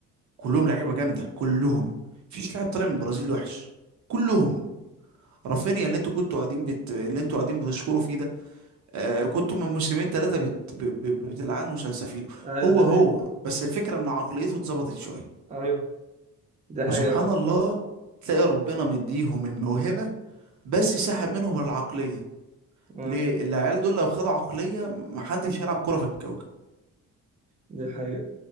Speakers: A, on the right; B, on the right.
A: كلهم لعيبة جامدة كلهم مفيش لاعب طالع من البرازيل وحش كلهم رافينيا اللي انتوا كنتوا قاعدين بت... اللي انتوا قاعدين بتشكروا فيه ده آه كنتوا من موسمين ثلاثة بت... ب... ب... بتلعنوا سلسفيله
B: أيوه
A: هو
B: دي
A: هو
B: حقيقة
A: بس الفكرة إن عقليته اتظبطت شوية
B: أيوه دي
A: فسبحان
B: حقيقة فعلا.
A: الله تلاقي ربنا مديهم الموهبة بس سحب منهم العقلية
B: آه،
A: ليه العيال دول لو خدوا عقلية محدش يلعب كرة في الكوكب
B: دي حقيقة